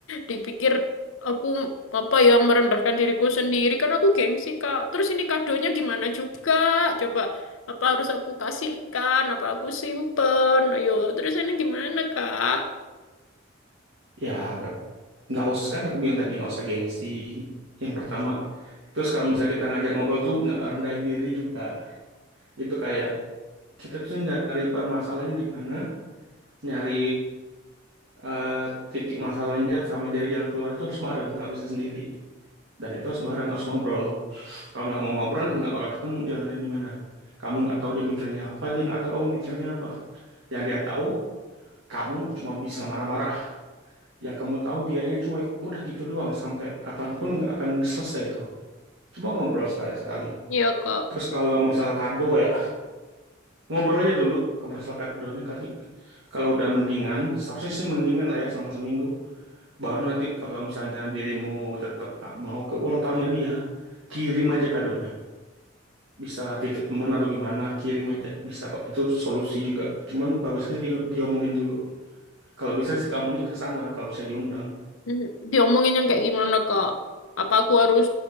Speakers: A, on the left; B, on the right.
A: dipikir aku apa ya merendahkan diriku sendiri kan aku gengsi Kak. Terus ini kadonya gimana juga? Coba apa harus aku kasihkan? Apa aku simpen? Ayo, terus ini gimana Kak?
B: ya nggak usah kan aku bilang tadi nggak usah gengsi yang pertama terus kalau misalnya kita ngajak ngobrol tuh nggak rendahin diri juga itu kayak kita tuh nyari permasalahannya di mana nyari eh, titik masalahnya sama jari jalan keluar itu harus bareng nggak bisa sendiri dan itu harus bareng harus ngobrol kalau nggak mau ngobrol ya nggak bakal ketemu jalannya di mana kamu nggak tahu dia mikirnya apa dia nggak tahu kamu mikirnya apa yang dia tahu kamu cuma bisa marah-marah Ya kamu tahu dianya cuek udah gitu doang sampai kapanpun nggak akan selesai itu Coba ngobrol sekali-sekali.
A: Iya Kak.
B: Terus kalau masalah kado ya, ngobrol aja dulu ke masalah kadonya. Karena kalau udah mendingan, seharusnya sih mendingan lah ya selama seminggu. Baru nanti kalau misalnya dirimu tetap nggak mau ke ulang tahunnya dia, kirim aja kadonya. Bisa titip temen atau gimana, kirim aja. Bisa kok, itu solusi juga. Cuman bagusnya sih di- diomongin dulu. Kalau bisa sih kamunya ke sana, kalau bisa diundang.
A: Hmm, Diomongin yang kayak gimana Kak? Apa aku harus